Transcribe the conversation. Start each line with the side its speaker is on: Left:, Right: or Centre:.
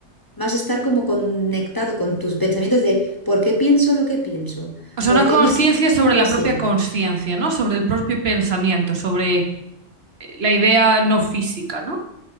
Left: más estar como conectado con tus pensamientos de por qué pienso lo que pienso,
Right: O sea,
Left: por
Right: una
Left: qué
Right: conciencia
Left: me siento
Right: sobre
Left: como
Right: la
Left: me siento.
Right: propia conciencia, ¿no? Sobre el propio pensamiento, sobre eh, la idea no física, ¿no?